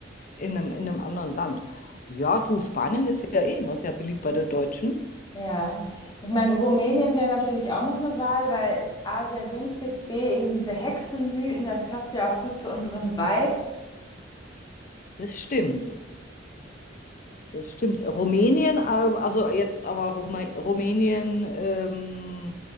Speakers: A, on the left; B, on the left.
A: in einem, in einem anderen Land. Ja, du, Spanien ist ja eh immer sehr beliebt bei den Deutschen.
B: Ja, ich meine, Rumänien wäre natürlich auch noch eine Wahl, weil A, sehr günstig, B, eben diese Hexenmythen, das passt ja auch gut zu unserem Vibe.
A: Das stimmt. Das stimmt. Rumänien, ähm, also jetzt aber Ruma Rumänien, ähm,